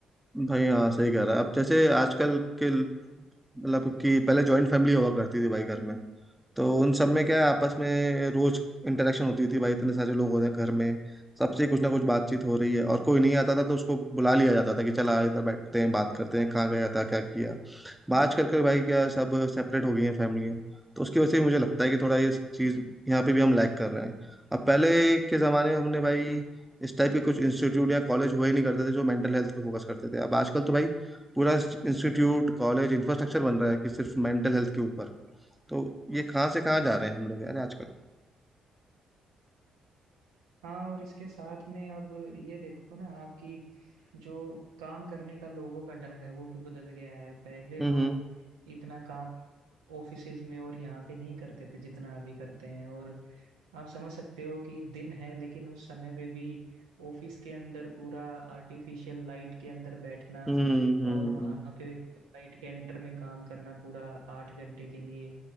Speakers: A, in the centre; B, on the right.
A: भाई हाँ सही कह रहा है अब जैसे आजकल के मतलब कि पहले जॉइंट फैमिली हुआ करती थी भाई घर में तो उन सब में क्या है आपस में रोज इंटरेक्शन होती थी भाई इतने सारे लोग हो रहे हैं घर में सबसे कुछ ना कुछ बातचीत हो रही है और कोई नहीं आता था तो उसको बुला लिया जाता था कि चला इधर बैठते हैं बात करते हैं कहाँ गया था क्या किया आजकल के भाई क्या है, सब सेपरेट हो गई हैं फैमिलियाँ तो उसकी वजह से मुझे लगता है कि थोड़ा ये चीज़ यहाँ पे भी हम लैग कर रहे हैं अब पहले के ज़माने में हमने भाई इस टाइप के कुछ इंस्टीट्यूट या कॉलेज हुए ही नहीं करते थे जो मेंटल हेल्थ पे फोकस करते थे अब आजकल तो भाई पूरा इंस्टीट्यूट कॉलेज इंफ्रास्ट्रक्चर बन रहा है कि सिर्फ मेंटल हेल्थ के ऊपर तो ये कहाँ से कहाँ जा रहे हैं हम लोग यार आजकल
B: हाँ और इसके साथ में अब ये देखो ना आपकी जो काम करने का लोगों का ढंग है वो भी बदल गया है पहले
A: हम्म
B: लोग इतना काम ऑफिसेज में और यहाँ पे नहीं करते थे जितना अभी करते हैं और आप समझ सकते हो कि दिन है लेकिन उस समय पे भी ऑफिस के अंदर पूरा आर्टिफिशियल लाइट के अंदर बैठना
A: हम्म हम्म
B: और वहां पे लाइट के अंडर में काम करना पूरा आठ घंटे के लिए